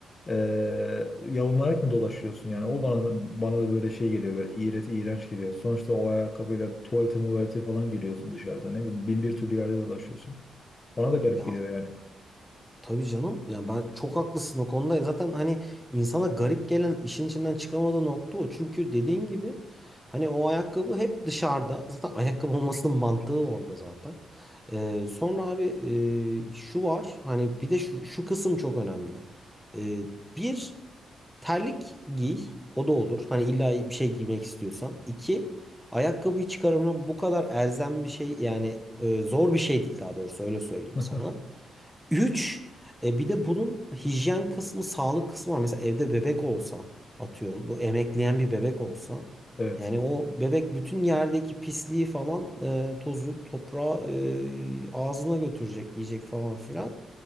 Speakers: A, on the left (about 30°); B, in the centre.
A: eee yalınarak mı dolaşıyorsun? Yani o bana da, bana da böyle şey geliyor, böyle iğreti iğrenç geliyor. Sonuçta o ayakkabıyla tuvalete muvalete falan geliyorsun dışarıda. Ne bileyim bin bir türlü yerde dolaşıyorsun. Bana da garip
B: Ya
A: geliyor yani.
B: Tabii canım. Yani ben çok haklısın o konuda. Zaten hani insana garip gelen işin içinden çıkamadığı nokta o. Çünkü dediğin gibi hani o ayakkabı hep dışarıda. Zaten ayakkabı olmasının mantığı orada zaten. Ee, sonra abi e, şu var. Hani bir de şu, şu kısım çok önemli. Ee, bir terlik giy. O da olur. Hani illa bir şey giymek istiyorsan. İki ayakkabıyı çıkarımına bu kadar elzem bir şey yani e, zor bir şey değil daha doğrusu öyle söyleyeyim
A: <laughs>
B: sana. Üç, e, bir de bunun hijyen kısmı, sağlık kısmı var. Mesela evde bebek olsa, atıyorum bu emekleyen bir bebek olsa,
A: Evet.
B: yani o bebek bütün yerdeki pisliği falan, e, tozu, toprağı e, ağzına götürecek, yiyecek falan filan.